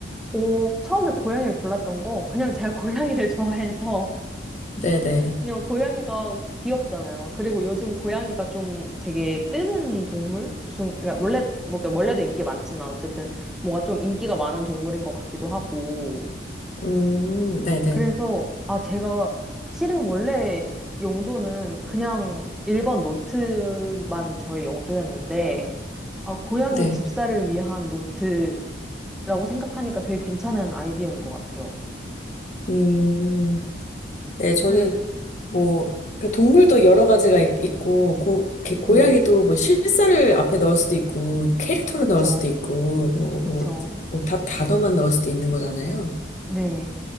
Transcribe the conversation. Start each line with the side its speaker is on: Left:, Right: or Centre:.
Centre: 오, 처음에 고양이를 골랐던 거 그냥 제가 고양이를 <laughs> 좋아해서
Left: 네네.
Centre: 그냥 고양이가 귀엽잖아요. 그리고 요즘 고양이가 좀 되게 뜨는 동물 중 그러니까 원래 뭐 그러니까 원래도 인기 많지만 어쨌든 뭔가 좀 인기가 많은 동물인 것 같기도 하고
Left: 음, 네네.
Centre: 그래서, 아, 제가 실은 원래 용도는 그냥 일반 노트만 저의 용도였는데, 아, 고양이
Left: 네.
Centre: 집사를 위한 노트라고 생각하니까 되게 괜찮은 아이디어인 것 같아요.
Left: 음, 네, 저는
Centre: 그래-
Left: 뭐, 그 동물도 여러 가지가 있, 고 고, 개- 고양이도
Centre: 네,
Left: 뭐 실사를 앞에 넣을 수도 있고, 캐릭터를
Centre: 그쵸,
Left: 넣을 수도 있고, 뭐,
Centre: 그쵸.
Left: 뭐, 뭐 다, 단어만 넣을 수도 있는 거잖아요.
Centre: 네,